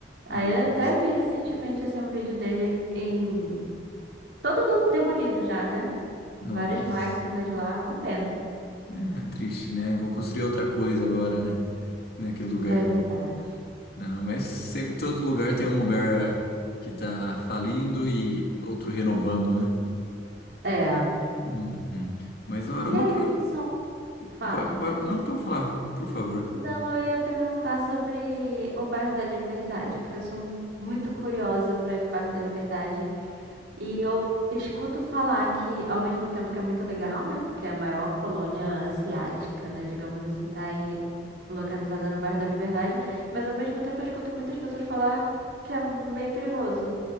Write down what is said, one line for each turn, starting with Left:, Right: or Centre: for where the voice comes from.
Left: No-
Right: Aí eu até vi recentemente assim, um vídeo dele em todo do- demolido já, né?
Left: Nossa.
Right: Várias máquinas lá, uma pena.
Left: É triste, né? Vão construir outra coisa agora, né? Naquele lugar.
Right: É verdade.
Left: Não, mas sempre todo lugar tem um lugar que tá falindo e outro renovando, né?
Right: É.
Left: Uhum. Mas, ora,
Right: E
Left: uma.
Right: aí,
Left: cur-
Right: Linson, fala.
Left: po- po- Não, pode falar, por favor.
Right: Não, eu ia perguntar sobre o bairro da Liberdade, porque eu sou muito curiosa para ir no bairro da Liberdade. E eu escuto falar que, ao mesmo tempo que é muito legal, né? Porque é a maior colônia asiática, né? Digamos assim, tá aí localizada no bairro da Liberdade. Mas ao mesmo tempo eu escuto muitas pessoas falar que é meio perigoso.